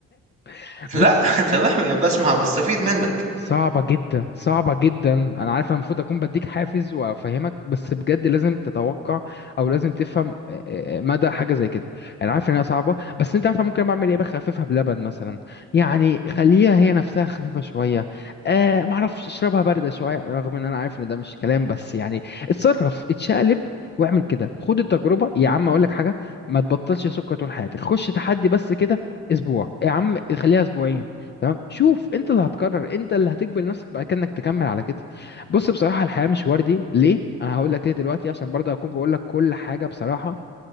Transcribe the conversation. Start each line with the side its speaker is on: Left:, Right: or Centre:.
Left: <laughs>
Right: <laughs> لا
Left: بص
Right: تمام بسمع بستفيد منك
Left: صعبة جدا صعبة جدا أنا عارف أنا المفروض أكون بديك حافز وأفهمك بس بجد لازم تتوقع أو لازم تفهم آه، آه، آه، مدى حاجة زي كده أنا عارف إن هي صعبة بس أنت عارف أنا ممكن بعمل إيه بخففها بلبن مثلا يعني خليها هي نفسها خفيفة شوية آه معرفش اشربها باردة شوية رغم إن أنا عارف إن ده مش كلام بس يعني اتصرف اتشقلب واعمل كده خد التجربة يا عم أقول لك حاجة ما تبطلش سكر طول حياتك خش تحدي بس كده أسبوع يا عم خليها أسبوعين تمام شوف انت اللي هتقرر انت اللي هتجبر نفسك بقى كأنك تكمل على كده بص بصراحة الحياة مش وردي ليه انا هقول لك ليه دلوقتي عشان برضه اكون بقول لك كل حاجة بصراحة